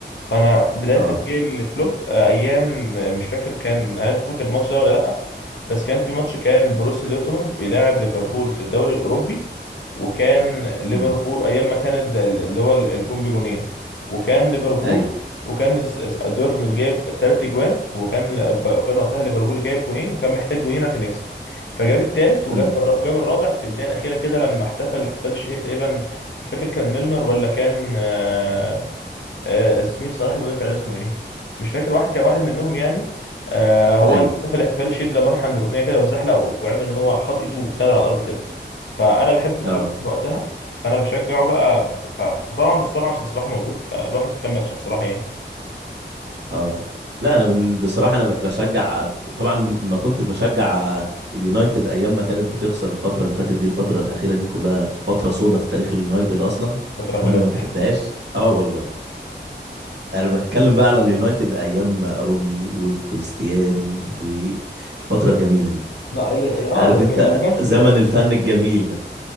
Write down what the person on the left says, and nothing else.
فانا بدايه
تشجيعي لكلوب آه، ايام آه، مش فاكر كان هل انت فاكر الماتش ده ولا لا بس كان في ماتش كان بروسيا دورتموند بيلاعب ليفربول في الدوري الاوروبي وكان ليفربول
ايام ما كانت ال- اللي هو الجون بجونين وكان ليفربول
وكان الس- الس- دلوقتي كنت جايب تلات اجوان وكان وكان وقتها ليفربول جايب جونين وكان محتاج جونين عشان يكسب فجاب التالت وجاب
الر- وجاب الرابع في الدقيقه الاخيره كده لما احتفل الاحتفال الشهير تقريبا مش فاكر كان ميلنر ولا كان آه، آه، زميل صلاح المدافع ده اسمه ايه مش فاكر واحد كان واحد منهم يعني آه، هو
اللي احتفل الاحتفال الشهير ده لما راح عند ركنيه كده واتزحلق و- وعمل ان هو حاط ايده وسند على الارض كده فانا بحب كلوب
من وقتها فانا بشجعه بقى ف- فطبعا بس طبعا عشان صلاح موجود فالواحد كمل عشان صلاح يعني
فتره
لا ال- اه
كانت لما كانش الفرقه